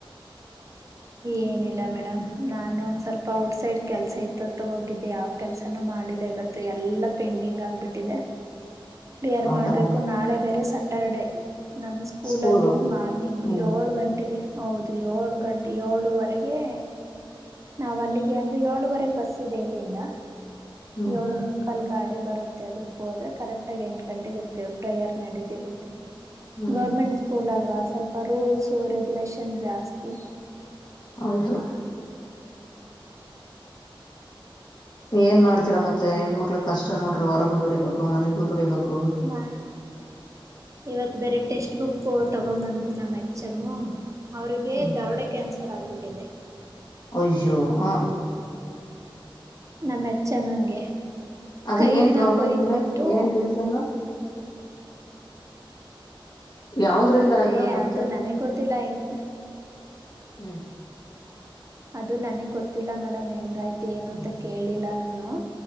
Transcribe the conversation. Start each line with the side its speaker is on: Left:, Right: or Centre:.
Right: ಏನಿಲ್ಲ ಮೇಡಮ್ ನಾನು ಒಂದ್ ಸ್ವಲ್ಪ ಔಟ್ಸೈಡ್ ಕೆಲ್ಸ ಇತ್ತುತ್ತ ಹೋಗಿದ್ದೆ ಯಾವ ಕೆಲ್ಸನ ಮಾಡಿಲ್ಲ ಇವತ್ತು ಎಲ್ಲಾ ಪೆಂಡಿಂಗ್ ಆಗ್ಬಿಟ್ಟಿದೆ
Left: <inaudible>
Right: ಕ್ಲಿಯರ್
Left: ಹೌದಾ
Right: ಮಾಡ್ಬೇಕು ನಾಳೆ ಬೇರೆ ಸಟರ್ಡೆೇ ನಮ್ಮ ಸ್ಕೂಲಲ್ಲಿ
Left: ಸ್ಕೂಲು
Right: ಮಾರ್ನಿಂಗ್
Left: ಹ್ಮ್
Right: ಏಳು ಗಂಟೆಗೆ ಹೌದು ಏಳು ಗಂಟೆ ಏಳುವರೆಗೆ ನಾವ ಅಲ್ಲಿಗೆ ಅಂದ್ರೆ ಏಳುವರೆಗೆ ಬಸ್ ಇದೆ ಇಲ್ಲಿಂದ
Left: ಹ್ಮ್
Right: ಎವಳೋ ಮುಕ್ಕಾಲ್ ಗಾಡೆ ಬರುತ್ತೆ ಅದಕ್ಕ ಹೋದ್ರ ಕರೆಕ್ಟ ಆಾಗಿ ಎಂಟು ಗಂಟೆಗೆ ಇರ್ತ್ತೇವೆ ಪ್ರೇಯರ್ ನಡೀತಿ ಇರುತ್ತೆ
Left: ಹ್ಮ್
Right: ಗೌರ್ಮೆಂಟ್ ಸ್ಕೂಲ್ ಅಲ್ವಾ ಸ್ವಲ್ಪ ರೂಲ್ಸ್ ರೆಗ್ಯುಲೇಷನ್ ಜಾಸ್ತಿ
Left: ಹೌದು ಏನ್ ಮಾಡ್ತೀರ ಮತ್ತೆ ಹೆಣ್ಮಕ್ಳ ಕಷ್ಟ ನೋಡ್ರಿ ಹೊರಗು ದುಡಿಬೇಕು ಮನೆಗೂ ದುಡಿಬೇಕು
Right: ಬ ಇವತ್ತು ಬೇರೆ ಟೆಕ್ಸ್ಟ್ ಬುಕ್ ತಗೊ ಬಂದ್ರು ನಮ್ಮ ಹೆಚ್ ಎಂ ಅವ್ರರಿಗೆ
Left: ಹ್ಮ್.
Right: ದೌಡ ಕ್ಯಾನ್ಸ ಹೆಸರಾಗಿಬಿಟ್ಟಿದೆ
Left: ಅಯ್ಯೋ ಹ್ಮ್
Right: ನಮ್ಮ ಹೆಚ್ಚಮ್ಮಂಗೆ
Left: ಅದು
Right: ಕೈನ
Left: ಏನ್ ಪ್ರಾಬ್ಲಮ್
Right: ಕೊಯ್ದ್
Left: ಇಂದ
Right: ಬಿಟ್ಟು
Left: ಏನ್ ರೀಸನ್ ಯಾವ್ದ್ರಿಂದ
Right: ಅಂದ್ರೆ
Left: ಆಗಿರೋದು ಅಂತ
Right: ಅದು ನನಗ್ ಗೊತ್ತಿಲ್ಲ ಹೆಂಗ
Left: ಹ್ಮ್
Right: ಅದು ನನಗ್ ಗೊತ್ತಿಲ್ಲ ಮೇಡಮ್ ಹೆಂಗಾಯ್ತು ಏನು
Left: ಹ್ಮ್
Right: ಅಂತ ಕೇಳಿಲ್ಲ ನಾನು